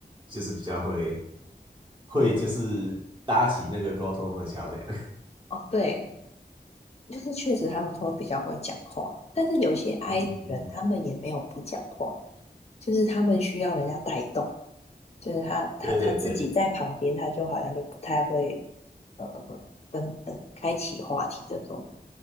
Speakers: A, on the right; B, on the left.
A: 就是比较会会就是搭起那个沟通的桥梁。<laughs>
B: 哦，对，就是确实他们会比较会讲话，但是有些 I
A: 嗯嗯嗯，
B: 人他们也没有不讲话，就是他们需要人家带动，就是他他他自己在旁边，
A: 对对对，
B: 他就好像就不太会呃呃跟嗯开启话题这种。